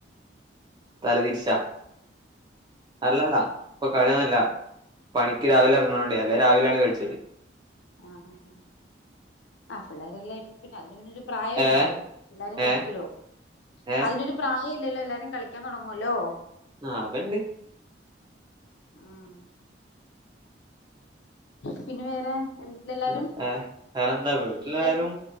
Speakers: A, on the right; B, on the left.
A: തലതിരിച്ചാ അല്ലല്ലാ പ്പ പണിയന്നില്ല പണിക്ക് രാവിലെറങ്ങണണ്ടേ അല്ലേ രാവിലെയാണ് കഴിച്ചത്.
B: ആ ആ ആ ആ പിള്ളേരെല്ലാം <unintelligible> അതിന് പിന്നരു പ്രായല്ലല്ലോ
A: ഏ
B: എല്ലാരും കളിക്കുലോ.
A: ഏ ഏ
B: അതിനൊരു പ്രായല്ലല്ലോ എല്ലാരും കളിക്കാൻ തൊടങ്ങുവല്ലോ
A: ആ അതണ്ട്.
B: ഉം പിന്നെ വേറെ? വീട്ടിലെല്ലാരും
A: വേറെ വേറെന്താ വീട്ട്ലാരും
B: വീട്ടിലെ